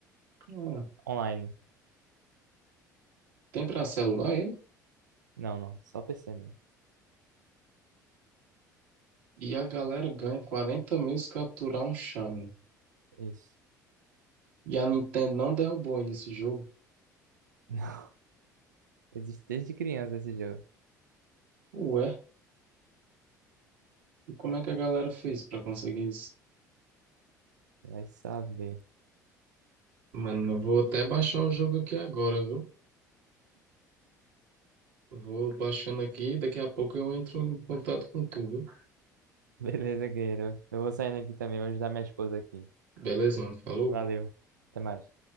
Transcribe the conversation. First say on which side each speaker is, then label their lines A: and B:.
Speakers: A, on the right; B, on the right.
A: Ah,
B: Online.
A: tem pra celular ele?
B: Não, não. Só PC mesmo.
A: E a galera ganha 40 mil se capturar um Shiny.
B: Isso.
A: E a Nintendo não derrubou ainda esse jogo.
B: <laughs> Existe desde criança esse jogo.
A: Ué, e como é que a galera fez pra conseguir isso?
B: Vai saber.
A: Mano, eu vou até baixar o jogo aqui agora, viu? Vou baixando aqui, daqui a pouco eu entro em contato com tu, viu?
B: Beleza, guerreiro. Eu vou saindo aqui também. Vou ajudar minha esposa aqui.
A: Beleza, mano? Falou?
B: Valeu. Até mais.